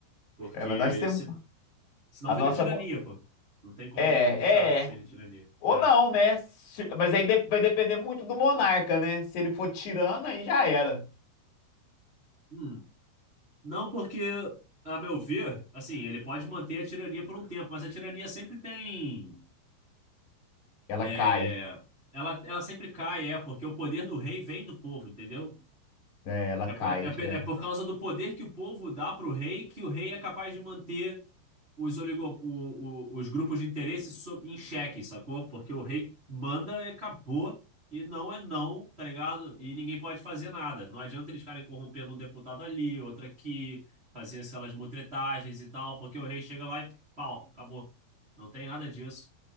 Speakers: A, on the right (about 75°); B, on the left (about 45°).
A: Porque
B: É, mas nós temos
A: se, senão
B: a
A: vira
B: nossa.
A: tirania,
B: mo-
A: pô. Não tem como
B: É, é.
A: evitar ser
B: é.
A: tirania.
B: Ou
A: É.
B: não, né? Se- Mas aí de- vai depender muito do monarca, né? Se ele for tirano, aí já era.
A: Hum. Não porque, a meu ver, assim, ele pode manter a tirania por um tempo, mas a tirania sempre tem...
B: Ela
A: é,
B: cai.
A: ela, ela sempre cai, é, porque o poder do rei vem do povo, entendeu?
B: É, ela
A: É,
B: cai,
A: é,
B: é tirana.
A: é é por causa do poder que o povo dá para o rei que o rei é capaz de manter os, oligo, o- o- os grupos de interesse so- em xeque, sacou? Porque o rei manda e acabou, e não é não, tá ligado? E ninguém pode fazer nada. Não adianta eles ficarem corrompendo um deputado ali, outro aqui, fazer aquelas mutretagens e tal, porque o rei chega lá e pau, acabou. Não tem nada disso.